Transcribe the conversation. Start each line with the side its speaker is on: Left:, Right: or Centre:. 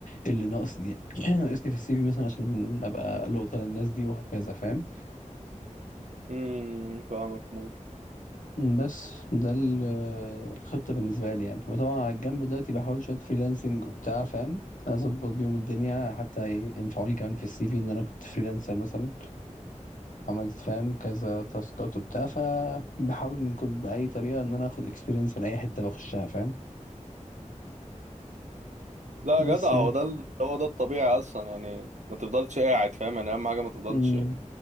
Left: اللي ناقصني <clears throat> ناقصني في السي في مثلا عشان ابقى لقطة للناس دي وهكذا فاهم
Right: امم فاهمك موت
Left: بس ده ال- الخطة بالنسبة لي يعني وطبعا على الجنب دلوقتي بحاول شوية فريلانسنج وبتاع فاهم أظبط بيهم الدنيا حتى ينفعوني كمان في السي في إن أنا كنت فريلانسر مثلا عملت فاهم كذا تاسكات وبتاع فبحاول ممكن بأي طريقة إن أنا آخد إكسبيرينس من أي حتة بخشها فاهم
Right: لا يا
Left: بس
Right: جدع
Left: يعني
Right: هو ده ال- هو ده الطبيعي اصلا يعني ما تفضلش قاعد فاهم يعني اهم حاجه ما تفضلش
Left: أمم،